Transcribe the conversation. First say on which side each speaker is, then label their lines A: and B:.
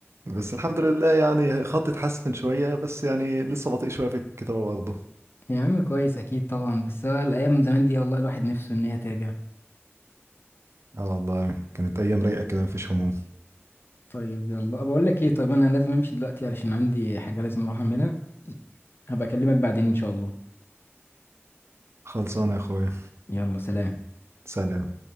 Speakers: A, on the right; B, on the left.
A: بس الحمد لله يعني خطي اتحسن شويه بس يعني لسه بطيء شويه في الكتابه برضه
B: يا عم كويس اكيد طبعا بس هو الايام زمان دي والله الواحد نفسه ان هي ترجع
A: اه والله كانت ايام رايقه كده مفيش هموم
B: طيب يلا بقول لك ايه طيب انا لازم امشي دلوقتي علشان عندي حاجه لازم اروح اعملها هبقى اكلمك بعدين ان شاء الله
A: خلصانه يا اخويا
B: يلا سلام
A: سلام